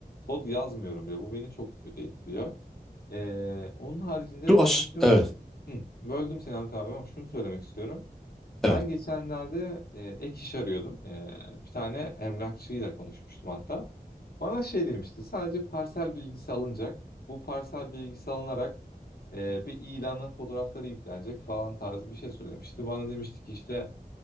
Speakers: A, on the left (about 75°); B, in the centre.
A: kod yazmıyorum bile. Bu beni çok kötü etkiliyor. Ee, onun haricinde
B: Şu aş
A: ben şu
B: evet.
A: Hı, böldüm seni Hamit abi ama şunu söylemek istiyorum.
B: Evet.
A: Ben geçenlerde e, ek iş arıyordum. E, bir tane emlakçıyla konuşmuştum hatta. Bana şey demişti sadece parsel bilgisi alınacak. Bu parsel bilgisi alınarak e, bir ilanın fotoğrafları yüklenecek falan tarzı bir şey söylemişti. Bana demişti ki işte